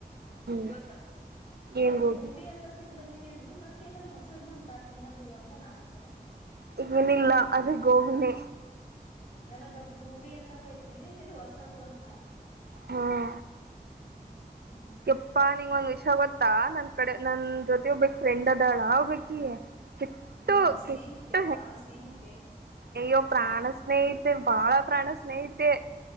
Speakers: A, on the right; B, on the left.
A: ಹ್ಮ್
B: ಚತ್ ಗೊತ್ತಾ ನನಗ್
A: ಏನ್ ಗೋಬಿ
B: ಭೂವಿ ಅಂತ ತಿನ್ ಬಂದಿದ್ದ ಅ್ಲು ಮತ್ತೆ ನಾದಾರರು ಹೊಸದ್ ಬಂತ ತಿನ್ನೋದು ಅಂತ ನಾ ಅನ್ಕೊಂಡೆ
A: ಇಂಗನಿಲ್ಲ ಅದು ಗೋವಿನೆ
B: ನನಗ ಭೂವಿ ಅಂದಂಗ ಆಯ್ತು ಇದೇನಿದದು ಹೊಸದು ಅಂತ ನನ್
A: ಹ್ಮ್
B: ಹ್ಮ್
A: ಕೆಪ್ಪಾ ನಿಂಗ ಒಂದ್ ವಿಷ ಗೊತ್ತಾ ನನ್ ಕಡೆ ನನ್ ಜೊತೆ ಬ್ಫ್ರೆಂಡ ಅ ಾಳ ಆ್ಬೇಕಿ ಕೆಟ್ಟೋ
B: ಹ್ಮ್ ಸ್ನೇಹಿತೆ
A: ಕೆಟ್ಟ
B: ಪ್ರಾಣ ಸ್ನೇಹಿತೆ
A: ಅಯ್ಯೋ ಪ್ರಾಣ
B: ಹ್ಮ್
A: ಸ್ನೇಹಿಿತ ಬಾಳ ಪ್ರಾಣ ಸ್ನೇಹಿಿತ ಮತ್ತು